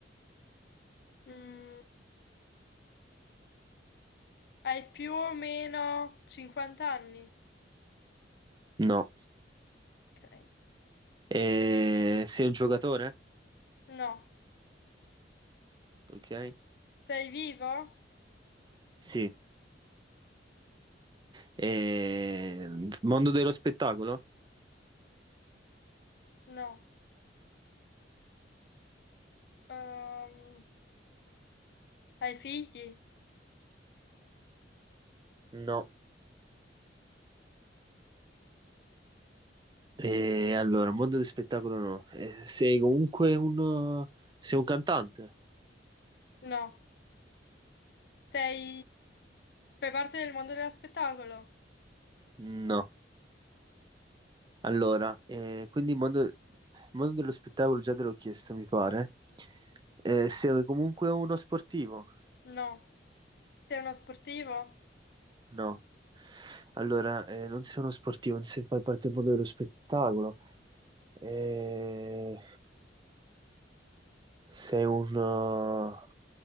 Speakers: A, on the left; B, on the right.
A: Mm, hai più o meno 50 anni?
B: No.
A: Ok.
B: Eh, sei un giocatore?
A: No.
B: Ok.
A: Sei vivo?
B: Sì. Eh, mondo dello spettacolo?
A: No. Ehm, hai figli?
B: No, Eh, allora, mondo dello spettacolo no. Eh, sei comunque uno... Sei un cantante?
A: No. Sei... Fai parte del mondo dello spettacolo?
B: No. Allora, eh, quindi mondo... mondo dello spettacolo già te l'ho chiesto, mi pare. Eh, sei comunque uno sportivo?
A: No. Sei uno sportivo?
B: No. Allora, eh, non sei uno sportivo, non sei, fai parte del mondo dello spettacolo. Eh, Sei un, uh,